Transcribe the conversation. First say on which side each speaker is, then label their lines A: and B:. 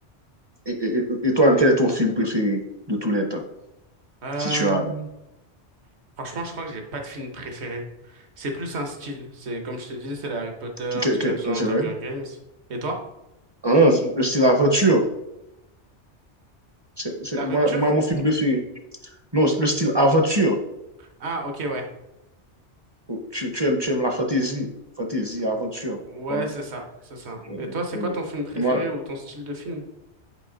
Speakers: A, on the right; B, on the right.
A: Et, et- et- et toi, quel est ton film préféré de tous les temps,
B: Euh,
A: si tu as un?
B: franchement, je crois que j'ai pas de film préféré. C'est plus un style. C'est comme je te dis, c'est les Harry Potter,
A: Que-
B: Divergent,
A: que- C'est vrai?
B: Hunger Games. Et toi?
A: Ah, c'est c'est l'aventure. C'est- c'est-
B: La
A: moi,
B: rupture?
A: moi, mon film préféré. Non, le style aventure.
B: Ah ok ouais.
A: Tu, tu aimes, tu aimes la fantaisie. Fantaisie, aventure.
B: Ouais,
A: Comme,
B: c'est ça, c'est ça.
A: euh,
B: Et toi, c'est
A: oui.
B: quoi ton film préféré
A: Moi,
B: ou ton style de film?